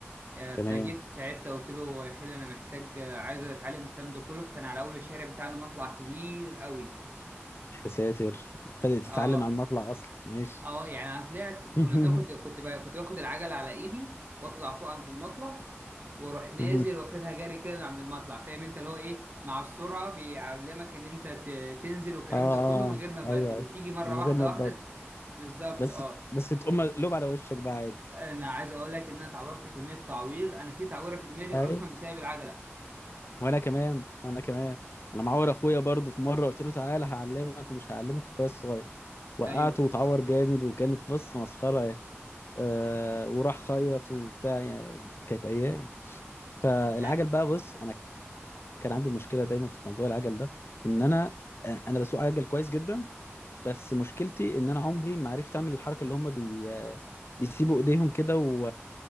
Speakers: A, on the right; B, on the left.
A: آه، فجيت
B: تمام
A: ساعتها قلت له يا خالي انا محتاج آه، عايز اتعلم الكلام ده كله فكان على اول الشارع بتاعنا مطلع كبير قوي
B: يا ساتر بدأت
A: اه
B: تتعلم على المطلع اصلا ماشي
A: اه يعني انا طلعت
B: <laughs>
A: كنا بناخد كنت بقى كنت باخد العجله على ايدي واطلع فوق عند المطلع واروح نازل
B: مهم.
A: واخدها جري كده من عند المطلع فاهم انت اللي هو ايه مع السرعه بيعلمك ان انت ت- تنزل والكلام
B: اه اه
A: ده كله من غير ما تبدل
B: ايوه أيوة.
A: وتيجي مره
B: من
A: واحده
B: غير ما
A: واحده
B: تبدأ
A: بالظبط
B: بس
A: اه
B: بس تقوم مقلوب على وشك بقى عادي
A: انا عايز اقول لك ان انا اتعورت كميه تعوير انا في تعويره في دماغي
B: ايوه
A: اصلا بسبب العجله
B: وانا كمان وانا كمان انا معور اخويا برضه في مره قلت له تعالى هعلمك ومش هعلمك اخويا الصغير وقعته
A: ايوه
B: وتعور جامد وكانت بص مسخره يعني آه وراح خيط وبتاع يعني
A: <laughs>
B: كانت ايام فالعجل
A: آه،
B: بقى بص انا كان عندي مشكله دايما في موضوع العجل ده ان انا آه، انا بسوق عجل كويس جدا بس مشكلتي ان انا عمري ما عرفت اعمل الحركه اللي هم بي... بيسيبوا ايديهم كده و...